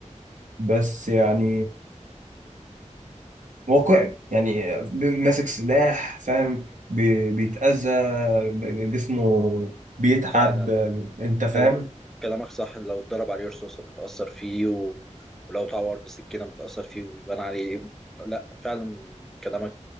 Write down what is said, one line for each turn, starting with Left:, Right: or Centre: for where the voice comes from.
Right: بس يعني واقعي يعني ب- ماسك سلاح فاهم بي- بيتأذى ب- جسمه بيتعب
Centre: فعلا
Right: انت فاهم
Centre: كلام كلامك صح لو اتضرب عليه رصاصة بتأثر فيه و... ولو اتعور بسكينة بتأثر فيه وبيبان عليه لا فعلا كلامك